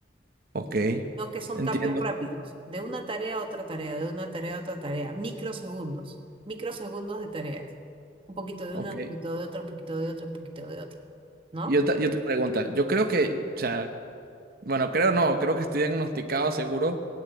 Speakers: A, on the right (about 55°); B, on the right (about 30°).
A: Ok,
B: No que son
A: entiendo.
B: cambios rápidos, de una tarea a otra tarea, de una tarea a otra tarea, microsegundos, microsegundos de tareas. Un poquito de
A: Ok.
B: una, un poquito de otra, un poquito de otra, un poquito de otra, ¿no?
A: Y otra, y otra pregunta. Yo creo que, o sea, bueno, creo no, creo que estoy diagnosticado seguro,